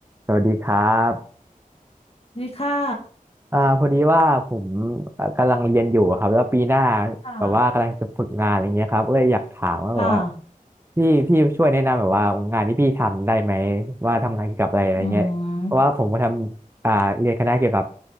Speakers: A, on the right (about 15°); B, on the left (about 45°).
A: สวัสดีครับ
B: ดีค่ะ
A: อ่าพอดีว่าผมเอ่อกำลังเรียนอยู่อะครับแล้วปีหน้า
B: ค่ะ
A: แบบว่ากำลังจะฝึกงานอะไรเงี้ยครับเอ้ยอยากถามว่าแบบว่า
B: ค่ะ
A: พี่พี่ช่วยแนะนำแบบว่างานที่พี่ทำได้ไหมว่าทำงานเกี่ยวกับอะไรอะไรเงี้ยเพราะว่าผมก็ทำอ่าเรียนคณะเกี่ยวกับ
B: อืม